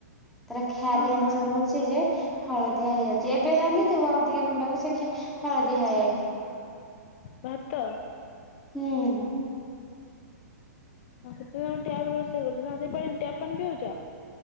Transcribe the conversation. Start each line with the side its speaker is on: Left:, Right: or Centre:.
Centre: ତାର ଖାରି
Left: ହଁ ହଁ
Centre: ଅଂଶ ରହୁଚି ଯେ ହଳଦିଆ ହେଇଯାଉଚି ଏବେ ରାନ୍ଧିଥିବୁ ଆଉ ଦି ଘଣ୍ଟା କ ସେ ଖି ହଳଦିଆ ହେଇଥିବ।
Left: ଭାତ।
Centre: ହୁଁ!
Left: ଆ <unintelligible> ଟ୍ୟାପରେ ରୋଷେଇ କରୁ ନା ସେ ଟ୍ୟାପ୍ ପାଣି ପିଉଚ।